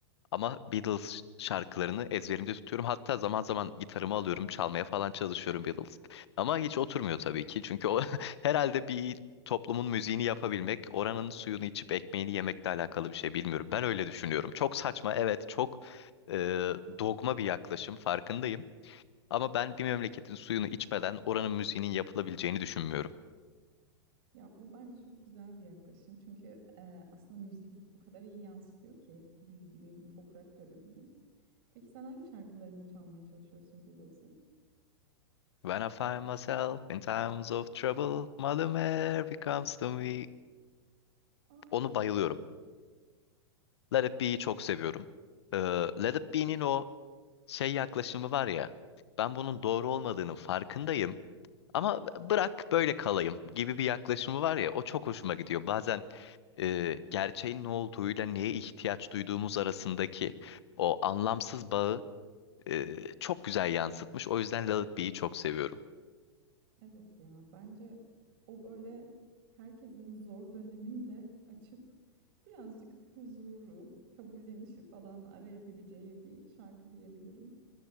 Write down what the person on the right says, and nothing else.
Ya bu bence çok güzel bir yaklaşım. Çünkü e, aslında müzik o kadar iyi yansıtıyor ki büyüdüğün toprakları diyeyim. Peki sen hangi şarkılarını çalmaya çalışıyorsun Beatles'ın?
Aa,
evet ya bence o böyle herkesin zor döneminde <laughs> açıp birazcık huzuru, kabullenişi falan arayabileceği bir şarkı diyebilirim.